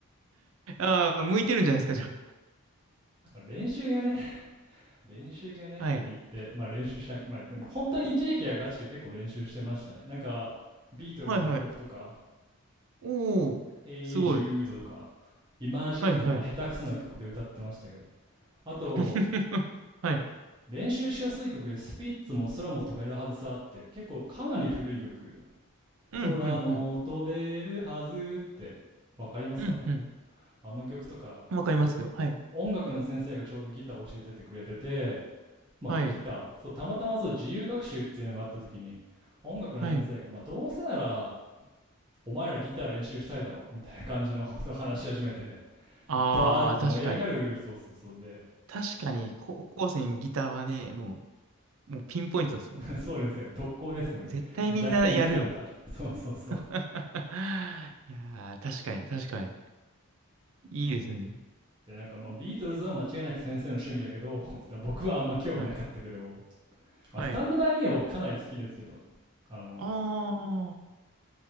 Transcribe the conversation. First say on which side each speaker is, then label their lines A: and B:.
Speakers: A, on the right (about 65°); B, on the right (about 20°).
A: ああ、向いてるんじゃないですか、じゃ
B: 練習がね、練習がねって言って、
A: あ。はい。
B: まあ練習しなく、まあでも本当に一時期はガチで結構練習してましたね。なんか、ビートルズの曲とか、
A: はいはい。おお、
B: Hey
A: すごい。
B: Jude とか Imagine
A: はいはい。
B: でまだ下手くそな曲で歌ってましたけどあと
A: <laughs> はい。
B: 練習しやすい曲でスピッツも空も飛べるはずさって結構かなり古い曲
A: うん、
B: 空も飛べるはずってわかりますかね
A: うん、うん。うん、うん。
B: あの曲とかそう音楽の先生がちょうどギターを教えててくれてて
A: わかりますよ。はい。
B: まあギターそうたまたまそう自由学習っていうのがあった時に音楽の先生が、
A: はい。はい。
B: まあ、どうせならお前らギター練習したいだろみたいな感じのことを話し始めて
A: ああ、
B: バーって盛り上がる、
A: 確かに。
B: そうそうそうで、
A: 確かに、高校生にギターはね、もう、もうピンポイントですよね。
B: <laughs> そうですよね、特攻ですよね。
A: 絶対みんなやるよ。
B: 弱点疲れた。<laughs> そうそうそう。
A: <laughs> いやー、確かに、確かに。いいですね。
B: で、なんかまあビートルズは間違いなく先生の趣味だけど、<laughs> 僕はあんま興味なかったけど、
A: はい。はい。
B: まあ、スタンドバイミーはかなり好きですけど、あの、
A: ああ、